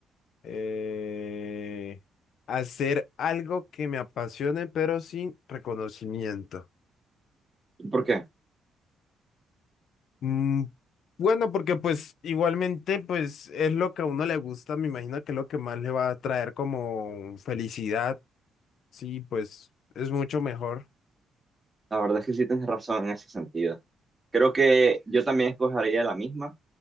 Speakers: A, on the left (about 70°); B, on the right (about 20°).
A: Eh, hacer algo que me apasione, pero sin reconocimiento.
B: ¿Por qué?
A: Mm, bueno, porque pues igualmente pues es lo que a uno le gusta, me imagino que es lo que más le va a traer como felicidad. Sí, pues es mucho mejor.
B: La verdad es que sí tienes razón en ese sentido. Creo que yo también escogería la misma,